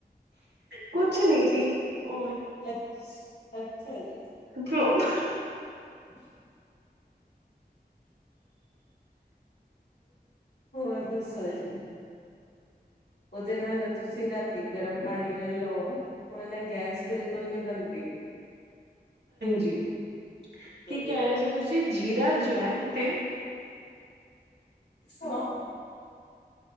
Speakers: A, on the right; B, on the left.
A: ਕੁਛ ਨੀ ਜੀ ਉਹ
B: ਅ <inaudible> ਅੱਛਾ ਜੀ
A: ਕਿੋ <unintelligible>
B: <unintelligible> ਹੋਰ ਦੱਸੋ ਜੀ ਉਹਦੇ ਨਾਲ ਤੁਸੀਂ ਰਾਤ ਗਰਮ ਪਾਣੀ ਨਾਲ ਲਓ ਉਹਦੇ ਨਾਲ ਗੈਸ ਬਿਲਕੁਲ ਨੀ ਬਣਦੀ
A: ਜੀ ਕੀ
B: ਹਮ
A: ਕਹਿ ਰਹੇ ਸੀ ਤੁਸੀਂ ਜੀਰਾ ਜਵੈਨ ਤੇ
B: ਹਾਂ